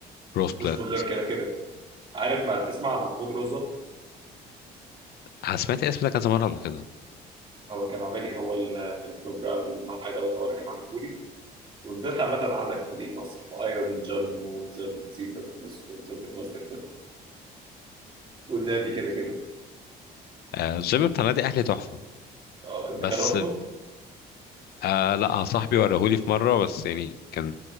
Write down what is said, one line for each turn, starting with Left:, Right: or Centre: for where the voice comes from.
Left: برو سبلت
Right: مش بقول لك كده كده عارف ما تسمع عن محمود رزق
Left: انا سمعت الاسم ده كذا مرة قبل كده
Right: هو كان عامل لي هو ال- البروجرام اللي معايا دوت هو اللي كان عامله لي ونزلت عامة عندك في مدينة نصر في ايرون جيم ونزلت زي فتنس ونزلت ماستر فيت والنادي كده كده
Left: آه، الجيم بتاع نادي اهلي تحفه
Right: اه انت
Left: بس
Right: جربته؟
Left: ال- آه لا أنا صاحبي وراهولي في مره بس يعني كان